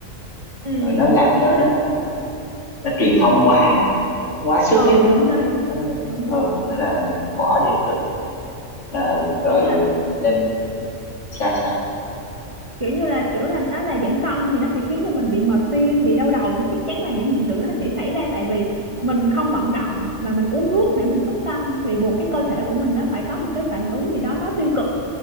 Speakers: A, on the right; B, on the left.
A: ừ
B: ừ, nó làm
A: kiểu
B: cho
A: như
B: nó
A: nó
B: nó, nó truyền thông quá quá sức
A: ừ
B: ấy
A: đúng đó đúng
B: nó
A: đúng
B: ừ
A: đúng
B: nên là mình bỏ đi cũng được à, rồi
A: kiểu như là
B: thêm sao sao
A: kiểu như là kiểu là nó là giảm cân thì nó sẽ khiến cho mình bị mệt tim bị đau đầu thì chắc chắn là những hiện tượng đó nó sẽ xảy ra tại vì mình không vận động mà mình uống thuốc để mình xúc cân thì buộc cái cơ thể của mình nó phải có một cái phản ứng gì đó nó tiêu cực